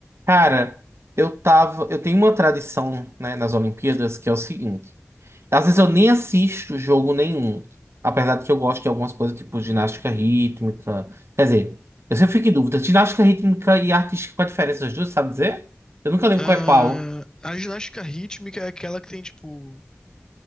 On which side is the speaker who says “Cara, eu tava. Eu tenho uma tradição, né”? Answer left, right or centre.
Right